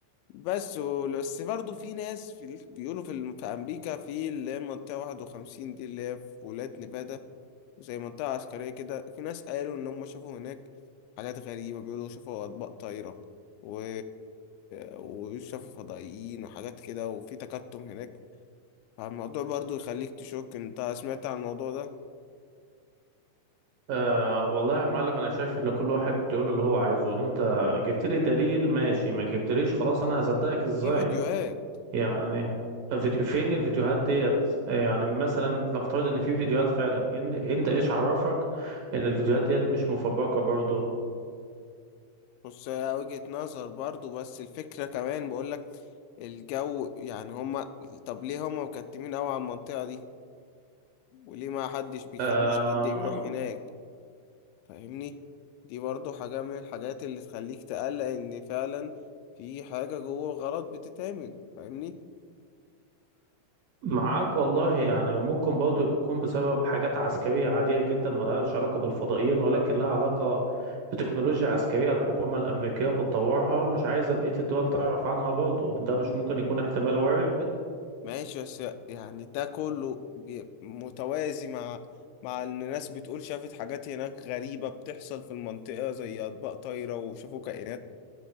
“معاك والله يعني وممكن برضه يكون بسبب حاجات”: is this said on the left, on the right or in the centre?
Right